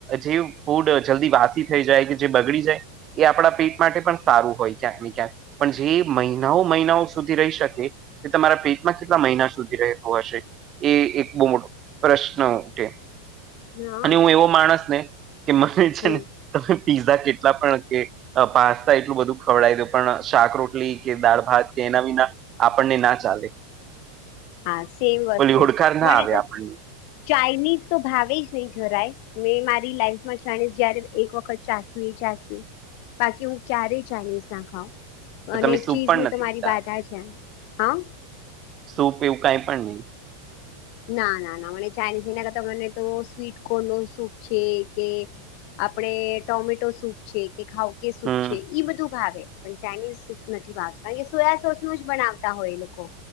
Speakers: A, on the right; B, on the left.
A: જે ફૂડ જલ્દી વાસી થઈ જાય કે જે બગડી જાય એ આપણા પેટ માટે પણ સારું હોય ક્યાંક ને ક્યાંક પણ જે મહિનાઓ મહિનાઓ સુધી રહી શકે તે તમારા પેટમાં કેટલા મહિના સુધી રહેત હશે. એ એક બહુ મોટો પ્રશ્ન ઉઠે
B: હ
A: અને હું એવો માણસ ને કે મને છે
B: હમ
A: ને તમે પીઝા કેટલા પણ કે પાસ્તા એટલું બધું ખવડાવ દે પણ શાક રોટલી કે દાળ ભાત કે એના વિના આપણને ના ચાલે
B: હા સેમ વસ્તુ
A: બલી હોડકાર ના
B: મને
A: આવે
B: તો
A: આપણને
B: ચાઇનીઝ તો ભાવે જ નહી જરાય મેં મારી લાઈફમાં જાણી જયારે એક વખત ચાખ્યું એ ચખ્યું બાકી હું ક્યારેય ચાઇનીઝ ના ખઉં
A: તો
B: અને
A: તમે
B: એક
A: સૂપ
B: ચીઝની
A: પણ નથી
B: તો મારી
A: પીતા
B: બાધા છે એમ. હા.
A: સૂપ એવું કઈ પણ નહીં.
B: ના ના ના મને ચાઇનીઝ એના કરતા મને તો સ્વીટ કોર્ન નો સૂપ છે કે આપડ ટોમેટો સૂપ છે કે ખઉ કે સૂપ
A: હમ
B: છે બધું ભાવે પણ ચાઇનીઝ સૂપ નથી ભાવત કારણ કે સોયા સોસ નું જ બનાવતા હોય એ લોકો.